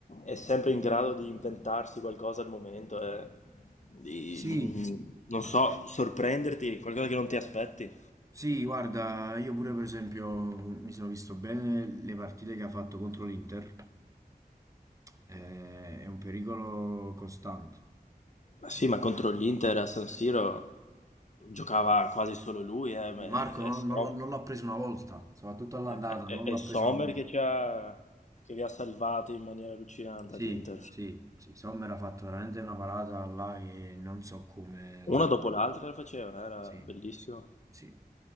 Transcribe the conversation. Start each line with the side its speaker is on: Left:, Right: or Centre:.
Left: è sempre in grado di inventarsi qualcosa al momento, e di,
Right: Sì,
Left: mm, non so, sorprenderti, qualcosa che non ti aspetti.
Right: Sì, guarda, io pure per esempio mi sono visto bene le partite che ha fatto contro l'Inter, Eh, è un pericolo costante.
Left: Ma sì, ma contro l'Inter a San Siro giocava quasi solo lui, eh,
Right: Di
Left: ma-
Right: Marco
Left: e
Right: non,
Left: so-
Right: non l'ha non l'ha preso una volta, soprattutto all'andata,
Left: Eh, beh, è,
Right: non
Left: è
Right: l'ha
Left: Sommer
Right: preso una volta.
Left: che, ci ha, che li ha salvati in maniera allucinante
Right: Sì,
Left: all'Inter.
Right: sì, sì, Sommer ha fatto veramente una parata là che non so come
Left: Una
Right: la...
Left: dopo l'altra la faceva, eh, era
Right: Sì,
Left: bellissimo.
Right: sì. I